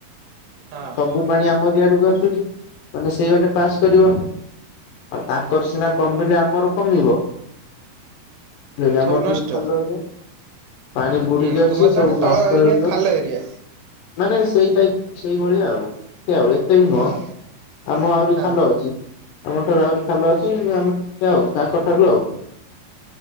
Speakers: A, on the right (about 80°); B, on the left (about 75°).
A: ହଁ
B: ସବୁ ପାଣି ଆମରି ଆଡକୁ ଆସୁ ମାନେ ସେଇ ବାଟେ ପାସ୍ କରିବ ଆଉ ତାଙ୍କର ସିନା କମିଲେ ଆମର କମିବ। ମର
A: ସବୁ
B: ଟ
A: ନଷ୍ଟ
B: ଭଲହିବ <unintelligible> ପାଣି ବୁଡିକି
A: ହୁଁ
B: ଅଛି
A: ତୁମର ତାହେଲେ
B: ସବୁ ନଷ୍ଟ
A: ତଳ ଏରିଆ
B: ହେଇଯିବ।
A: ଖାଲ ଏରିଆ।
B: ନାଇ ନାଇଁ ସେଇଟାଇପ ସେଇଭଳିଆ ଆଉ ସେ ଆଉ ଏତେ ବି
A: ହଁ
B: ନୁହଁ। ଆମ ଆହୁରି
A: ହଁ
B: ଖାଲ ଅଛି। ଆମ ଠାରୁ ଆହୁରି ଖାଲ ଅଛି କି ଆମେ ଆଉ ତାଙ୍କ ଠାରୁ ଆଉ।